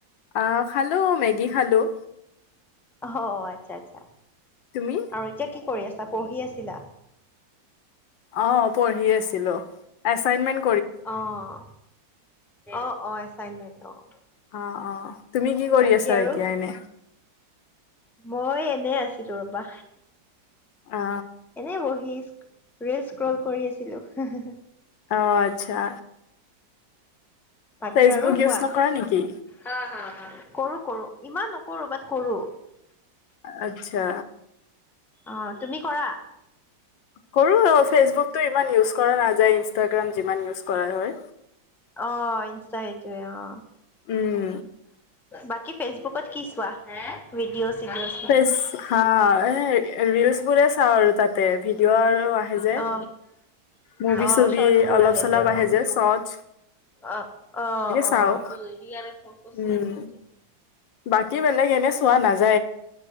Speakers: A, on the left; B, in the centre.
A: অ খালো মেগী খালোঁ।
B: অ আচ্ছা আচ্ছা।
A: তুমি?
B: আৰু এতিয়া কি কৰি আছা? পঢ়ি আছিলা?
A: অ', পঢ়ি আছিলো, এছাইনমেণ্ট
B: অ', অ', অ' এচাইনমেন্ট অ'।
A: অ', অ', তুমি কি কৰি
B: বাকী
A: আছা
B: আৰু
A: এতিয়া এনে?
B: মই এনেই আছিলোঁ ৰ'বা,
A: অ
B: এনে বহি ৰিল স্ক্ৰল কৰি আছিলোঁ, হা হা।
A: অ', আচ্ছা।
B: বাকী
A: ফেচবুক
B: আৰু
A: ইউজ
B: কোৱা,
A: নকৰা নেকি
B: হা হা হা, কৰো কৰো, ইমান নকৰো, বাট কৰোঁ।
A: আচ্ছা।
B: অ', তুমি কৰা?
A: কৰো আৰু ফেচবুকটো ইমান ইউজ কৰা নাযায়। ইনচটাগ্ৰাম যিমান ইউজ কৰা হয়
B: অ', ইনষ্টাটা এইটোয়েই অ'।
A: উম
B: বাকী ফেচবুকত কি চোৱা? ভিডঅ' চিডঅ'।
A: ফেচ হা, এই ৰিলছ বোৰে চাওঁ আৰু তাতেই, ভিডিঅ' আৰু আহে যে,
B: অ
A: মুভি
B: অ
A: চুভি
B: শৰ্টছ বোৰ
A: অলপ চলপ
B: অ
A: আহে যে চৰ্ট।
B: অ', অ',
A: চাওঁ
B: অ', ইয়াৰে ফোন কৰছে
A: উম
B: <unintelligible>
A: বাকী বেলেগ এনে চোৱা নাযা